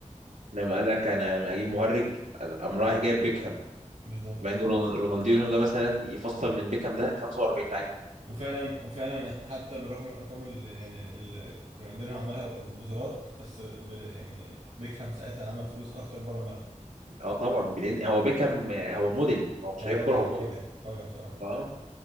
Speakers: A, on the right (about 85°); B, on the right (about 65°).
A: لما قال لك انا اجيب مهرج أنا- قام رايح جايب بيكهام
B: بالظبط
A: مع ان رون- رونالدينho ده مثلا يفسر من بيكهام ده 45 لعيب
B: وفعلا وفعلا حتى بالرغم من الارقام اللي يعني اللي رونالدينيو عملها والبطولات بس ب... يعني بيكهام ساعتها عمل فلوس اكتر بره الملعب
A: اه طبعا بلين هو بيكهام آه، هو موديل هو مش
B: هو
A: لعيب
B: واجهة
A: كوره هو موديل
B: واجهة واجهة بصراحة
A: اه